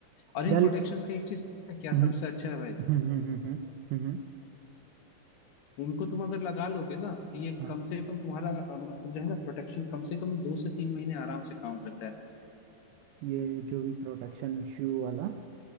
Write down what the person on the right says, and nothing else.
यार
हम्म
हम्म हम्म हम्म हम्म हम्म,
हाँ।
ये जो भी प्रोटेक्शन शू वाला